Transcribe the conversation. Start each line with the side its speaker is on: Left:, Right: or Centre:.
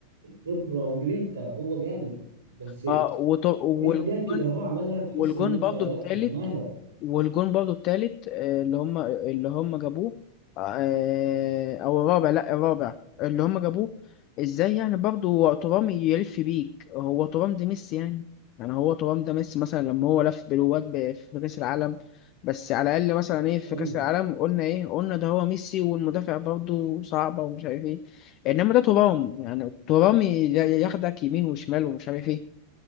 Right: خبرة وجرينتا هو جامد بس
Left: اه وط- والجون
Right: في حاجات كده هو عملها تحس
Left: والجون
Right: ان انت
Left: برضه
Right: لا
Left: التالت
Right: انت مالك
Left: والجون برضه التالت آه، اللي هم اللي هم جابوه آه، او الرابع لا الرابع اللي هم جابوه ازاي يعني برضه هو ترام يلف بيك هو ترام ده ميسي يعني يعني هو ترام ده ميسي مثلا لما هو لف بالواد ب- في كاس العالم بس على الاقل مثلا ايه في
Right: ايوه
Left: كاس العالم قلنا ايه قلنا ده هو ميسي والمدافع برضه صعبه ومش عارف ايه انما ده ترام يعني ترام ي- ياخدك يمين وشمال ومش عارف ايه